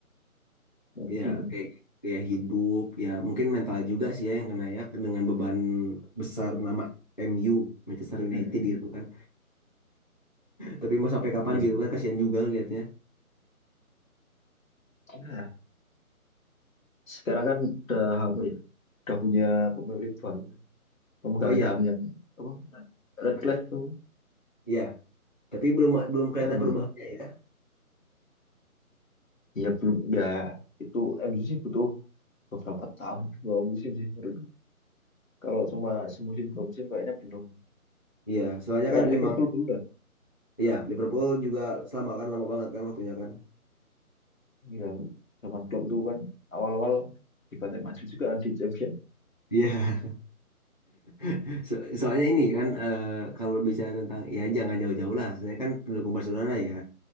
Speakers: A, on the left (about 60°); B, on the left (about 30°).
A: mungkin.
B: ya kayak dia hidup ya mungkin mental juga sih ya yang kena ya dengan beban besar nama MU Manchester United
A: Mm-mm.
B: gitu kan. Tapi mau sampai kapan
A: Iya sih.
B: gitu kan kasihan juga lihatnya.
A: Nah, sekarang kan udah apa ya? Udah punya pemilik baru, kan. pemegang
B: Oh iya,
A: saham yang apa? Redcliffe tuh.
B: iya. Tapi belum belum kelihatan
A: Ya,
B: perubahannya ya.
A: ya belum ya itu MU sih butuh beberapa tahun, beberapa musim sih menurut Kalau cuma semusim dua musim kayaknya belum.
B: Iya, soalnya
A: Kayak
B: kan
A: Liverpool
B: emang
A: dulu lah.
B: iya Liverpool juga selama kan lama banget kan waktunya kan.
A: Yang zaman Klopp itu kan awal-awal dibantai maju juga kan di champion.
B: Iya, <laughs> so- soalnya ini kan eh, kalau bicara tentang ya jangan jauh-jauh lah. Saya kan pendukung Barcelona ya.